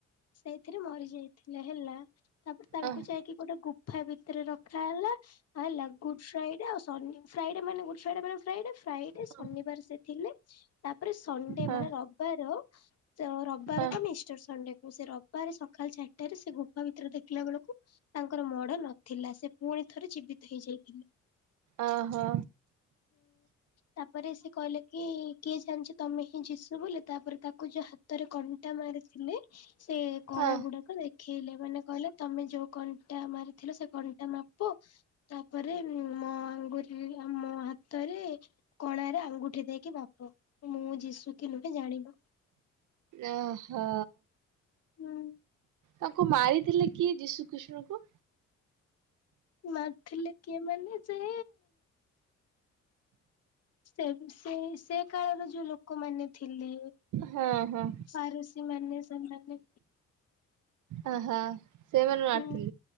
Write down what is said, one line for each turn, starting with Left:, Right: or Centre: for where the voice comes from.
Left: ସେଇଥିରେ ମରି ଯାଇଥିଲେ ହେଲା ତାପରେ ତାଙ୍କୁ
Right: ହଁ
Left: ଯାଇକି ଗୋଟେ ଗୁଫା ଭିତରେ ରଖା ହେଲା ଆଉ ଲ ଗୁଡ ଫ୍ରାଇଡେ ଆଉ ସଣ୍ଡେଫ୍ରାଇଡେ ମେ ଗୁଡ ଫ୍ରାଇଡେ ମାନ ଫ୍ରାଇଡେ ଫ୍ରାଇ
Right: ହଁ।
Left: ଶନିବାର ସେ ଥିଲେ ତାପରେ ସଣ୍ଡେ
Right: ହଁ
Left: ମାନେ ରବିବାର। ରବିବାର
Right: ହଁ
Left: କ ସେ କ ସେ ରବିବାର ସକାଳ ଚାରିଟାରେ ସେ ଗୋଫ ଭିତରେ ଦେଖିଲା ବେଳକୁ ତାଙ୍କର ମଡ ନଥିଲା ସେ ପୁଣି ଥରେ ଜୀବିତ ହେଇଯାଇ ହୁଁ
Right: ଓହୋ
Left: ତାପରେ ସେ କହିଲେ କି କିଏ ଜାଣିଛି ତମେ ହିଁ ଜିଶୁ ବୋଲି ତାପରେ ତାକୁ ଯୋଉ ହାତରେ କଣ୍ଟା ମାରିଥିଲେ। ସେ କଣା
Right: ହଁ
Left: ଗୁଡାକ ଦେଖେଇଲେ ମାନେ କହିଲେ ତମେ ଯୋଉ କଣ୍ଟା ମାରିଥିଲ ସେ କଣ୍ଟା ମାପ ତା ପରେ ମୋ ଆଙ୍ଗୁଳିରେ ମୋ ହାତରେ କଣାରେ ଆଙ୍ଗୁଠି ଦେଇକି ମାପ ମୁଁ ଜିଶୁ କିି ନୁହେଁ ଜାଣିବ।
Right: ଓହୋ।
Left: ହୁଁ
Right: ତାଙ୍କୁ ମାରିଥିଲେ କିଏ ଯୀଶୁ ଖ୍ରୀଷ୍ଟଙ୍କୁ?
Left: ମାରିଥିଲେ କିଏ ମାନେ ଯେ ସେ ସେ ସେ କାଳର ଯୋଉ ଲୋକମାନେ ଥିଲେ।
Right: ହଁ ହଁ।
Left: ପାରୁସି ମାନେ ସେମାନେ
Right: ଓହୋ ସେମାନେ ମାରିଥି
Left: ହୁଁ